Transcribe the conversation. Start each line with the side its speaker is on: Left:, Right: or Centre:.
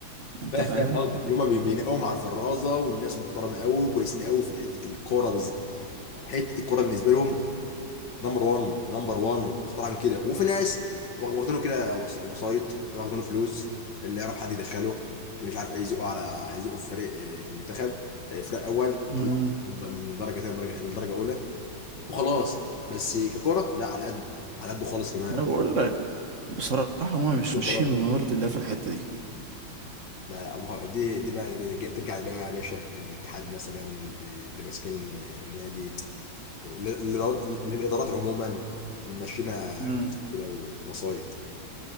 Right: انت
Left: فاهم
Right: فاهم
Left: فاهم قصدك اللي هم بينقوا مع الفرازه والناس محترمه قوي وكويسين قوي في حته الكوره بز... حته الكوره بالنسبه لهم نمبر 1 نمبر 1 اختراعا كده وفي ناس واخ- واخدينه كده وص- وسايط واخدينه فلوس اللي يعرف حد يدخله اللي مش عارف ايه يزقه على يزقه في فريق آه، في المنتخب آه، فريق اول يطلع
Right: امم
Left: من من درجه ثانيه لدرجه اولى وخلاص بس ككرة لا على قده على قده خالص كمان
Right: انا بقول لك بصراحة هما مش ماشيين
Left: وخلاص
Right: بما يرضي الله في الحتة دي
Left: لا أبوها- دي دي بقى دي جا- ترجع بقى يا باشا للاتحاد مثلا اللي ماسكين النادي ل- ل- للادارات عموما ماشيينها
Right: امم
Left: كده ووسايط